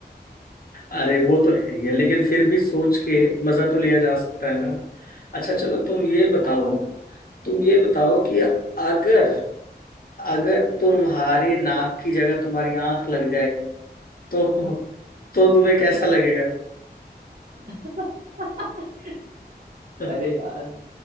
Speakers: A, on the left; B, on the right.
A: अरे वो तो है ही है लेकिन फिर भी सोच के मजा तो लिया जा सकता है ना अच्छा चलो तुम ये बताओ
B: हाँ यार
A: तुम ये बताओ कि अगर अगर तुम्हारे नाक की जगह तुम्हारी आंख लग जाए तो तो तुम्हें कैसा
B: अरे
A: लगेगा
B: <laughs>
A: <laughs>
B: अरे यार